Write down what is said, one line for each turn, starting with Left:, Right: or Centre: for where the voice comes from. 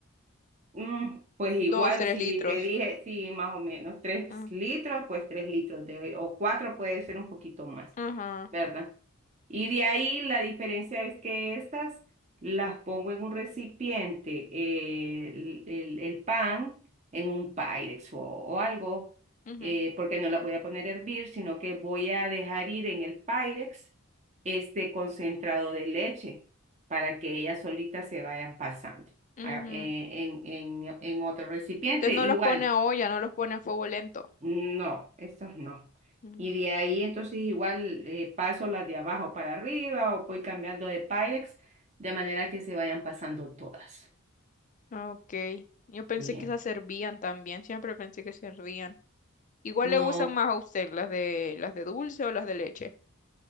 Right: Mm, pues igual,
Left: Dos, tres
Right: si
Left: litros.
Right: te dije, sí, más o menos tres
Left: Ah,
Right: litros, pues tres litros de, o cuatro puede ser un poquito más,
Left: Ajá.
Right: ¿verdad? Y de ahí la diferencia es que estas las pongo en un recipiente, eh, el, el- el pan en un Pyrex o, o algo,
Left: ujú.
Right: eh, porque no la voy a poner a hervir, sino que voy a dejar ir en el Pyrex este concentrado de leche para que ellas solitas se vayan pasando
Left: Ujú.
Right: ah, en, en en- en otro recipiente.
Left: Entonces
Right: Igual.
Left: no los pone a olla, no los pone a fuego lento.
Right: No, esas no.
Left: Ujú.
Right: Y de ahí entonces igual eh, paso las de abajo para arriba o voy cambiando de Pyrex de manera que se vayan pasando todas.
Left: Ok. Yo pensé
Right: Bien.
Left: que esas servían también, siempre pensé que servían. Igual
Right: No,
Left: le gustan más a usted las de las de dulce o las de leche.